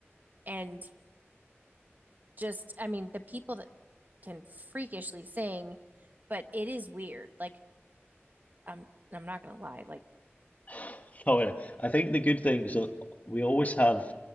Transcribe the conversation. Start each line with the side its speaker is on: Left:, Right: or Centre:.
Right: and just, I mean, the people that can freakishly sing, but it is weird. Like I'm I'm not gonna lie. Like,
Left: <sighs> No, I think the good thing, so we always have,